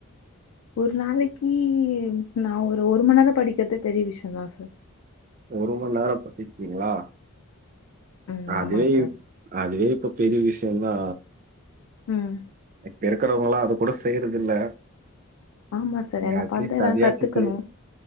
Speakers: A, on the left; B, on the right.
A: ஒரு நாளைக்கு நா ஒரு ஒரு மண நேரம் படிக்கறிறது பெரிய விஷயம் தான் சார்
B: ஒரு ம நேரம் படிப்பீங்களா
A: ம்
B: அதுவே
A: ஆமா சார்
B: அதுவே இப்ப பெரிய விஷ டின்னா
A: உம்
B: இப்ப இருக்கறவங்களாம் அதது கூட செய்யறது இல்ல
A: ஆமா சார்
B: நீங்க
A: என்ன
B: அட்லீஸ்ட்
A: பாத்து எல்லா
B: அதையாச்சும்
A: கத்துக்கணு
B: செய்து